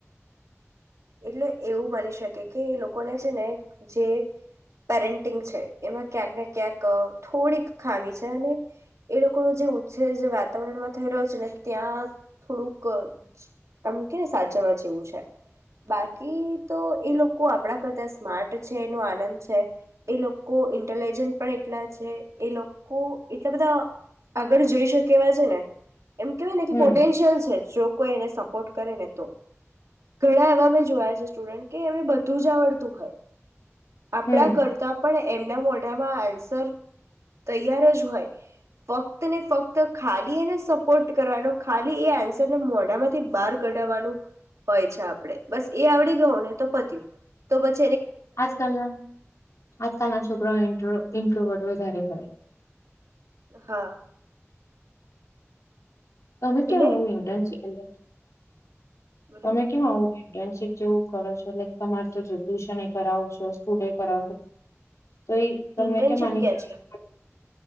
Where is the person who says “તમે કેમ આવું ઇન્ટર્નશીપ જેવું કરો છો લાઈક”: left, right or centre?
Left